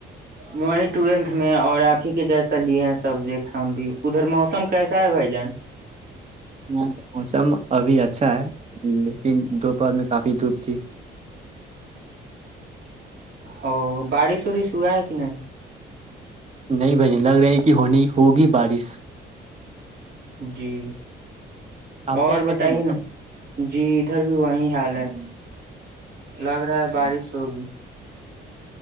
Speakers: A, on the right; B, on the right.
A: وہی ٹویلتھ میں اور آپ ہی کے جیسے لیے سبجیکٹ ہم بھی ادھر موسم کیسا ہے بھائی جان
B: یہ تو موسم ابھی اچ اچھا ہے لیکن دوپہر میں کافی دھوپ تھی
A: او بڑ سوری سا ہے کہ نہیں
B: نہیں بھ لگ رہے کہ ہونی ہوگی بارش
A: جی
B: آپ
A: اور
B: کے یہاں کیسا
A: بتائیے
B: ہے موسم
A: نا جی ادھر بھی وہی حال ہے لگ رہا ہے بارش ہوگی